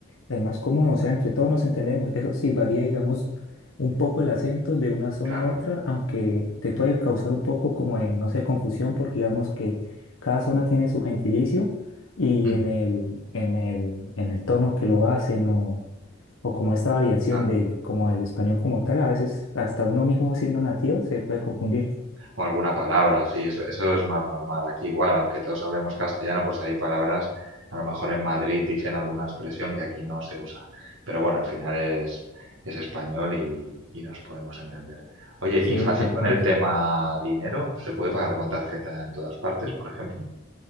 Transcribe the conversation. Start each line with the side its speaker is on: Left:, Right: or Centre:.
Left: el más común, o sea, entre todos nos entendemos. Eso sí varía, digamos, un poco el acento de una zona
Right: claro,
Left: a otra, aunque te puede causar un poco como de, no sé, confusión, porque digamos que cada zona tiene su gentilicio y
Right: Ujú.
Left: en el, en el, en el tono que lo hacen o, o como esta variación
Right: claro.
Left: del, como del español como tal, a veces hasta uno mismo siendo nativo se puede confundir.
Right: O alguna palabra, sí, eso, eso es más normal. Aquí igual, aunque todos hablemos castellano, pues hay palabras, a lo mejor en Madrid dicen alguna expresión que aquí no se usa. Pero bueno, al final es, es español y, y nos podemos entender. Oye,
Left: Sí,
Right: ¿y fácil
Left: tal
Right: con
Left: cual.
Right: el tema dinero? ¿Se puede pagar con tarjeta en todas partes, por ejemplo?